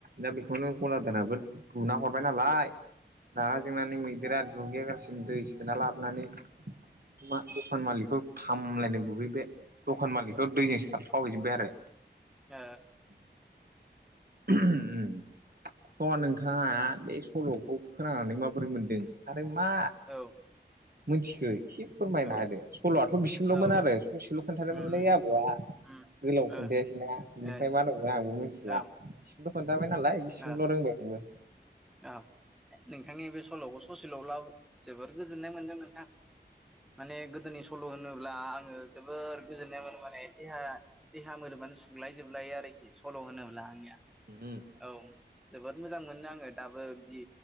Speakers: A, on the right (about 55°); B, in the centre.
A: दा बेखौनो गलादाराबो बुना हरबाय नालाय। रागा जोंनानै मैदेरा दुगैया लासिनो दै सोना लाबोनानै मा दखान मालिकखौ थाम होनलायनाय बुहैबाय दखान मालिखौ दैजों सार फ्राव हैजोबबाय आरो।
B: ओ
A: <inaudible> उम स नोंथाङा बे सल'खौ खोनानानै माबोरै मोनदों? आरो मा
B: ओ
A: मिथिखो एसे फोरमायना
B: औ
A: होदो सल'आथ' बिसिमल'मोन
B: औ
A: आरो
B: औ
A: ससेल' खोन्थादोमोनलै
B: उम
A: आबौआ।
B: उम
A: गोलाव खोन्थायासैना
B: ओ
A: बिनिफ्राय
B: ओ
A: मा होननांगौ आंबो मिथिला
B: औ
A: बिसिमल' खोनथाबाय नालाय बिसिमल'
B: ओ
A: रोंबाय आंबो।
B: औ नोंथांनि बे सल'खौ ससेल'ब्लाबो जोबोर गोजोननाय मोनदों नोंथां। माने गोदोनि सल' होनोब्ला आङो जोबोद गोजोननाय मोनो। माने देहा देहा मोदोमानो सुग्लाय जोबलायो आरोखि सल' होनोब्ला आंनिया।
A: ओम।
B: औ जोबोद मोजां मोनोना आङो दाबो बिदि